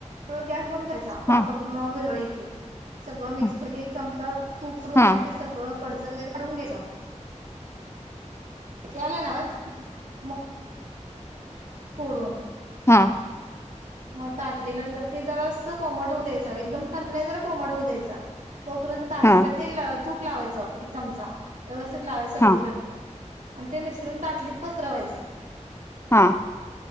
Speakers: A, on the right; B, on the left.
A: गॅस बंद. साखरप
B: हां
A: वरळी ते सगळं मिक्स
B: हां
A: एक चमचा तू पडून
B: हां
A: नाही ते सगळं पडस वगैरे काढून घ्यायचा त्याला ना आज म पडून
B: हां
A: मग ताटलेलं तर ते जरस कोमट होऊ द्यायचं एकदम थंड नाही जर कोमट होऊ द्यायच तोपर्यंत ताटलेला
B: हां
A: तेल तूप लावायचं एक चमचा व्यवस्थित लावाय सगळीकडनं
B: हां
A: आणि ते मिश्रण दाटलीच चसवायच
B: हा